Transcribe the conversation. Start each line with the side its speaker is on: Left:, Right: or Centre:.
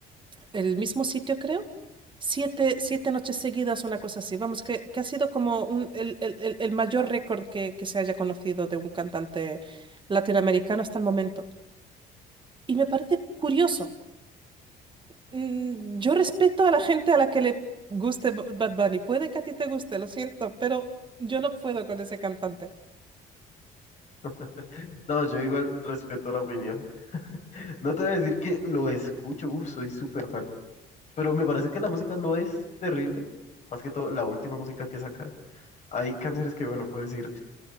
Right: el mismo sitio, creo. Siete, siete noches seguidas, una cosa así. Vamos, que, que ha sido como un- el, el- el- el mayor récord que, que se haya conocido de un cantante latinoamericano hasta el momento. Y me parece curioso. Mm, Yo respeto a la gente a la que le guste B- Bad Bunny. Puede que a ti te guste, lo siento, pero yo no puedo con ese cantante.
Left: <laughs> No, yo igual respeto la opinión. No te voy a decir que lo escucho, uf, soy súper fan. Pero me parece que la música no es terrible, más que todo la última música que saca. Hay canciones que, bueno, puedo decir,